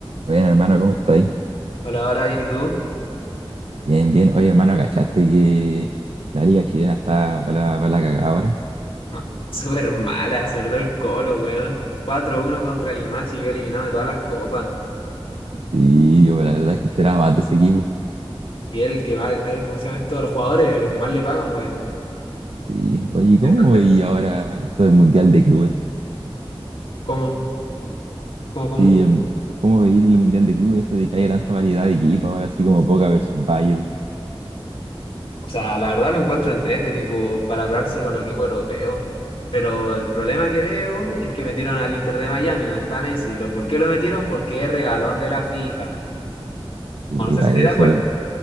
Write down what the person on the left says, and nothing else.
Hola, hola, bien, ¿y tú?
No, <laughs> súper mala, sobre todo el Colo, weón. Cuatro uno contra el Limache, yo eliminado de todas las copas.
Y él que va, él, ¿cómo se llama esto? A los jugadores, a lo que más le pagan, weón.
El plantel-
¿Cómo? ¿Cómo, cómo?
O sea, la verdad lo encuentro entrete, tipo, para hablarse con los equipos europeos. Pero el problema que veo es que metieron al Inter de Miami, donde está Messi. ¿Lo- ¿Por qué lo metieron? Porque es regalón de la FIFA.
O no sé
si estoy
de acuerdo.